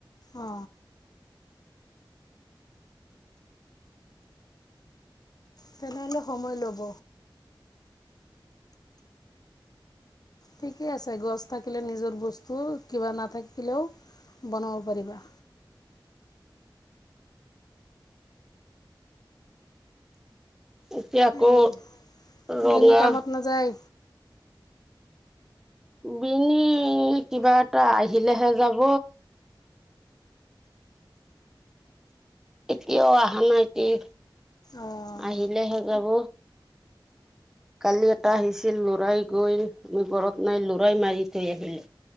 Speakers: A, on the left; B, in the centre.
A: অ তেনেহলে সময় লব। ঠিকে আছে গছ থাকিলে নিজৰ বস্তু কিবা নাথাকিলেও বনাব পাৰিবা।
B: এতিয়া আকৌ
A: এই
B: ৰঙা
A: বিনি কামত নাযায়
B: বিনি‌ কিবা এটা আহিলেহে যাব। এতিয়াও অহা নাই
A: অঁ
B: আহিলেহে যাব। কালি এটা আহিছিল লৰাই গৈ আমি ঘৰত নাই লৰাই মাৰি থৈ আহিলে।